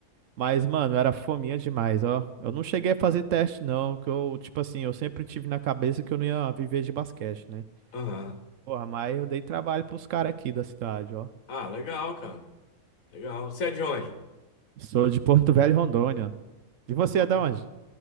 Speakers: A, on the right (about 70°); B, on the left (about 70°).
A: Mas, mano, era fominha demais, ó. Eu não cheguei a fazer teste, não, que eu, tipo assim, eu sempre tive na cabeça que eu não ia viver de basquete, né?
B: Aham.
A: Porra, mas eu dei trabalho pros caras aqui da cidade, ó.
B: Ah, legal, cara. Legal. Você é de onde?
A: Sou de Porto Velho, Rondônia. E você
B: Outro.
A: é da onde?